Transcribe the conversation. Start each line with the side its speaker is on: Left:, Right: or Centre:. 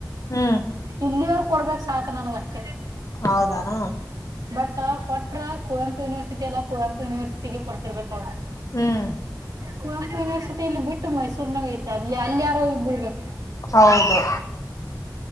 Left: ಹ್ಮ್
Right: ಇಲ್ಲಿಯರು ಕೊಡ್ಬೇಕ್ ಸಾಕ ನನಗ ಅಷ್ಟೇ.
Left: ಹೌದಾನ
Right: ಬಟ್ ಕೊಟ್ರ ಕುವೆಂಪು ಯುನಿವರ್ಸಿಟ ಎಲ್ಲ ಕುವೆಂಪು ಯೂನಿವರ್ಸಟಿ ಟ್ಟಿಗೆ ಕೊಡ್ತಿರ್ಬೇಕ ಅವ್ರು
Left: ಹ್ಮ್
Right: ಕುವೆಂಪು ಯನಿವರ್ಸಿಟಿಲ್ಲಿ ಬಿಟ್ ಮೈಸೂರ್ನಾಗ ಐತೆ ಅಲ್ಲಿ ಅಲ್ಲಿ ಯಾರೋಗಿ ಬಿಳಬೇಕು
Left: ಹೌದು